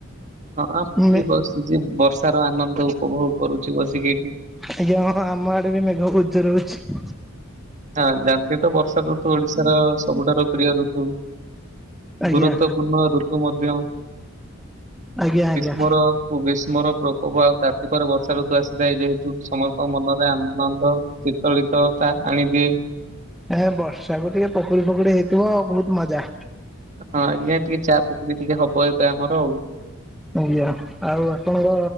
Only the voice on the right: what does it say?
ହଁ ମୁଁ
ବି ବସିଛି ବର୍ଷାର ଆନନ୍ଦ ଉପଭୋଗ କରୁଛି ବସିକି ଏଠି।
ହଁ ଜାଣିଥିବେ ତ ବର୍ଷା ଋତୁ ଓଡିଶାର ସବୁଠାରୁ ପ୍ରିୟ ଋତୁ।
ଗୁରୁତ୍ୱପୂର୍ଣ୍ଣ ଋତୁ ମଧ୍ୟ
ଗ୍ରୀଷ୍ମର ଗ୍ରୀଷ୍ମର ପ୍ରକୋପ ଆଉ ତାତି ପରେ ବର୍ଷା ଋତୁ ଆସିଥାଏ ଯେହେତୁ ସମସ୍ତଙ୍କ ମନରେ ଆନନ୍ଦ। ଶୀତଳିତ ତା ଆଣିଦିଏ।
ହଁ ଆଜ୍ଞା ଟିକେ ଚା ପକୁଡି ଟିକେ ହବ ଏବେ ଆମର ଆଉ।